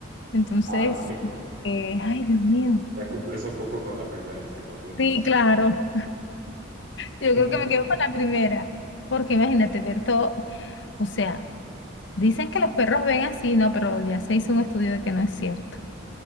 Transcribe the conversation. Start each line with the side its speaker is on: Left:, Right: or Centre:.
Left: Entonces,
Right: Ah, ok.
Left: eh, ay, Dios mío.
Right: Ya cumples un poco con la primera sin los lentes.
Left: Sí, claro.
Right: <laughs>
Left: Yo creo que me quedo con la primera, porque imagínate ver todo, o sea, dicen que los perros ven así, no, pero ya se hizo un estudio de que no es cierto.